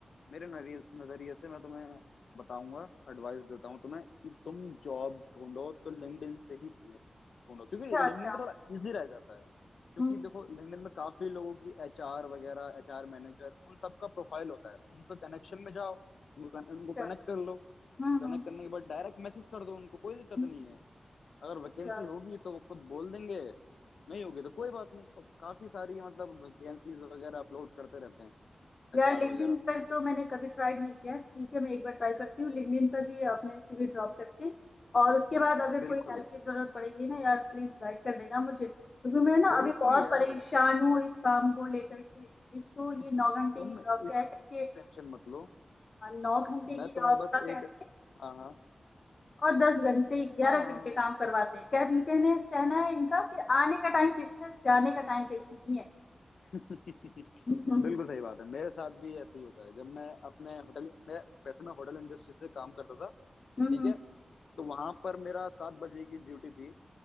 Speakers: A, on the left (about 80°); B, on the left (about 55°).
A: मेरे नरि- नजरिए से मैं तुम्हें बताऊंगा एडवाइस देता हूँ तुम्हें कि तुम जॉब ढूंढो तो लिंक्डइन से ही ढी- ढूंढो क्योंकि
B: अच्छा अच्छा
A: लिंक्डइन पे थोड़ा इजी रह जाता है क्योंकि
B: हम्म
A: देखो लिंक्डइन में काफी लोगों की एचआर वगैरह एचआर मैनेजर उन सबका प्रोफाइल होता है उनका कनेक्शन में जाओ उनको कन, उनको
B: अच्छा
A: कनेक्ट कर लो
B: हम्म
A: कनेक्ट
B: हम्म,
A: करने के बाद डायरेक्ट मैसेज कर दो उनको कोई दिक्कत
B: हम्म।
A: नहीं है अगर
B: अच्छा
A: वैकेंसी होगी तो वो खुद बोल देंगे नहीं होगी तो कोई बात नहीं अब काफी सारी मतलब वैकेंसीज वगैरह अपलोड करते रहते हैं अचार
B: यार लिंक्डइन
A: वगैरह
B: पर तो मैंने कभी ट्राई नहीं किया ठीक है मैं एक बार ट्राई करती हूँ लिंक्डइन पर भी अपने सीवी ड्रॉप करके और उसके बाद अगर
A: बिल्कुल
B: कोई हेल्प की जरूरत पड़ेगी ना यार प्लीज गाइड कर देना मुझे क्योंकि मैं ना
A: बिल्कुल
B: अभी बहुत
A: यार
B: परेशान हूँ इस काम को लेकर के एक तो ये नौ घंटे
A: तुम
B: की जॉब क्या
A: इस
B: है करके
A: टेंशन मत लो
B: हाँ, नौ घंटे
A: मैं
B: की
A: तुम्हें
B: जॉब
A: बस
B: का कहते
A: एक
B: हैं
A: हाँ हाँ
B: और दस घंटे ग्यारह
A: हाँ
B: घंटे काम करवाते हैं कह कहने कहना है इनका कि आने का टाइम फिक्स है जाने का टाइम फिक्स नहीं है <laughs>
A: <laughs>
B: हम्म
A: बिल्कुल सही बात है मेरे साथ भी ऐसे ही होता है जब मैं अपने होटल मैं वैसे मैं होटल इंडस्ट्री से काम करता था
B: हम्म,
A: ठीक
B: हम्म।
A: है तो वहां पर मेरा सात बजे की ड्यूटी थी